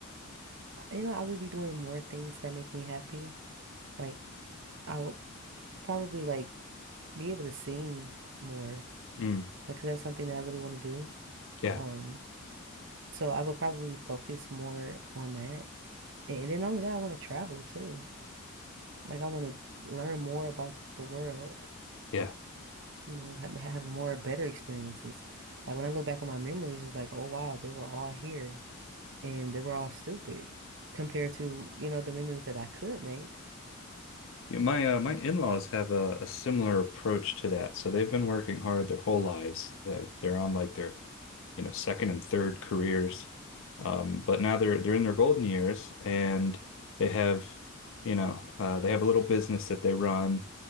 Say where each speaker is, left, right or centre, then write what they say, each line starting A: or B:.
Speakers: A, on the right; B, on the left.
A: Uh, You know, I would be doing more things that make me happy. Like I would probably like be able to sing more.
B: Mm,
A: because that's something that I really want to do.
B: yeah,
A: Um, so I would probably focus more on that. And then only that, I want to travel too. Like I want to learn more about the world,
B: yeah.
A: you know, have, have more better experiences. Like when I look back on my memories, it was like, oh wow, they were all here and they were all stupid compared to, you know, the memories that I could make.
B: Yeah, My uh, my in-laws have a, a similar approach to that. So they've been working hard their whole lives. They're, they're on like their you know, second and third careers. Um, but now they're they're in their golden years and they have, you know, uh, they have a little business that they run.